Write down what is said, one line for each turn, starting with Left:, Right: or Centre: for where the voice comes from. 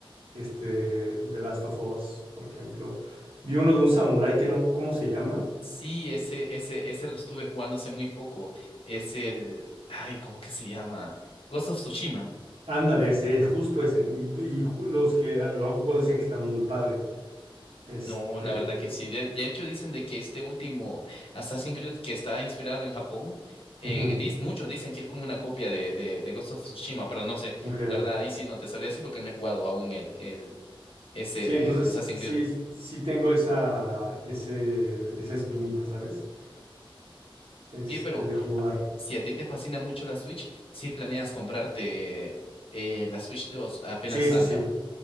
Right: este, The Last of Us, por ejemplo. Vi uno de un samurái que no, ¿cómo se llama?
Left: sí, ese, ese, ese lo estuve jugando hace muy poco. Es el, ay, ¿cómo que se llama? Ghost of Tsushima.
Right: Ándale, ese, es justo ese. Y, y ju- los que lo han jugado dicen que está muy padre. Este,
Left: No, la verdad que sí. De, de hecho, dicen de que este último Assassin's Creed que está inspirado en Japón, eh,
Right: ujú,
Left: dis- muchos dicen que es como una copia de, de, de Ghost of Tsushima, pero no sé.
Right: ok.
Left: La verdad, ahí sí no te sabría decir porque no he jugado aún el, el ese
Right: Sí,
Left: de,
Right: entonces
Left: de Assassin's
Right: sí,
Left: Creed.
Right: sí tengo esa, ese, esa espinita, ¿sabes? Este,
Left: Y pero
Right: de jugar.
Left: a- si a ti te fascina mucho la Switch, sí planeas comprarte eh, la Switch dos apenas
Right: Sí,
Left: salga.
Right: sí, sí.